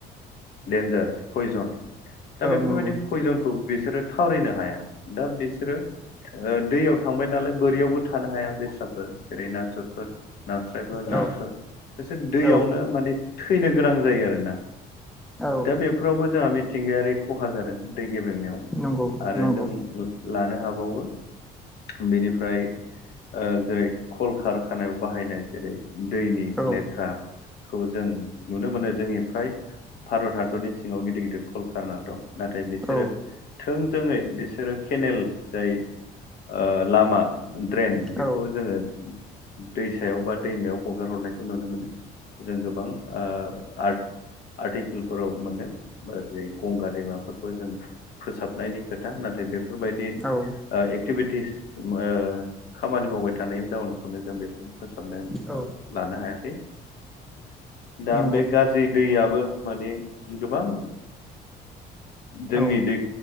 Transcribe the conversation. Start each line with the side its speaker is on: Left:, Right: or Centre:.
Left: डेन्जार पयजन दा बेफोरबायदि
Centre: नंगौ
Left: फयजनखौ बिसोरो थावरिनो हाया दा बिसोरो ओ दैयाव थांबाय नालाय बोरियावबो थानो हाया बेस्राफोर जेरै ना थुरफोर, नास्रायफोर,
Centre: औ
Left: नाफोर बिसोर दैयावनो
Centre: औ
Left: माने थैनो गोनां जायो आरोना
Centre: औ
Left: दा बे फोरावबो जोंहा मिथिंगायारि ख'हा जादों दै गेब्रेनायाव
Centre: नंगौ औ नंगौ
Left: आरो
Centre: नंगौ
Left: जों लानो हाबावो बेनिफ्राय ओ जेरै खल खारखानायाव बाहायनाय जेरै दैनि
Centre: औ
Left: लेथ्रा खौ जों नुनो मोनो जोंनिफ्राय भारत हादरनि सिङाव गिदिर गिदिर कलकारना दं नाथाय बिसोरो
Centre: औ
Left: थोंजोङै बिसोरो खेनेल जाय ओ लामा ड्रेन
Centre: औ
Left: बेखौ जोङो दैसायाव बा दैमायाव हगार हरनायखौ नुनो मोनो जों गोबां ओ आर्ट आर्टिकेलफोराव मोनो जेरै गंगा दैमा फोरखौ जों फोसाबनायनि खोथा नाथाय बेफोरबायदि
Centre: औ
Left: ओ एक्टिभिटिस ओ खामानि मावबाय थानायनि जाउनाव बेफोरखौ फोसाबनानै
Centre: औ
Left: लानो हायाखै दा
Centre: नंगौ
Left: बे गाज्रि दैयाबो माने गोबां जोंनि
Centre: औ
Left: दै